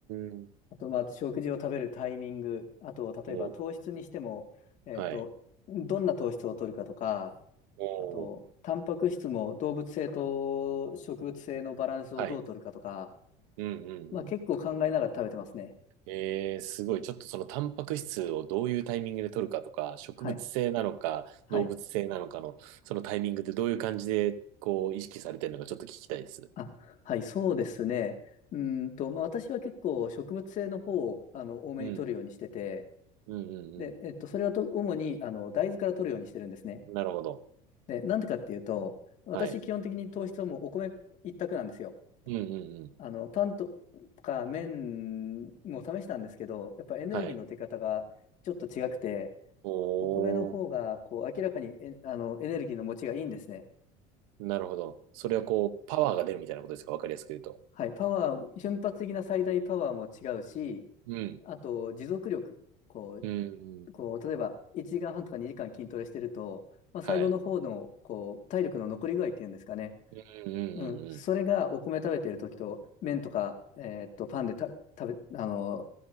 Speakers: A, on the right; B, on the left.
A: ーん。
B: あと、まあ、食事を食べるタイミング、あと、例えば糖質にしても、
A: おう、
B: えっと、
A: はい。
B: どんな糖質を取るかとか、
A: おう、
B: あと、タンパク質も動物性と植物性のバランスをどう取るかとか、
A: はい。うんうんうん。
B: まあ、結構考えながら食べてますね。
A: えー、すごい。ちょっとそのタンパク質をどういうタイミングで取るかとか、植物性なのか、
B: はい。はい。
A: 動物性なのかの、そのタイミングってどういう感じで、こう、意識されてるのかちょっと聞きたいです。
B: あ、はい、そうですね。うーんと、まあ、私は結構植物性の方を、あの、多めに取るようにしてて、
A: うん。うんうん
B: で、えっと、それはと主にあの大豆から取るようにしてるんですね。
A: うん。なるほど。
B: で、なんでかっていうと、私、
A: はい。
B: 基本的に糖質はもうお米一択なんですよ。
A: うんうんうん。
B: あのパンとか麺も試したんですけど、やっぱエネルギーの出方がちょっと違くて、
A: はい。おー、
B: お米の方がこう明らかにえあのエネルギーの持ちがいいんですね。
A: なるほど。それはこう、パワーが出るみたいなことですかわかりやすく言うと。
B: はい、パワー、瞬発的な最大パワーも違うし、
A: うん。
B: あと持続力、こうこう、
A: うんうん。
B: 例えば1時間半とか2時間筋トレしてると、まあ、
A: はい。
B: 最後の方のこう体力の残り具合っていうんですかね、
A: うんうんうんうん。
B: うん、それがお米食べてる時と、麺とか、えーっと、パンでた食べ、あの、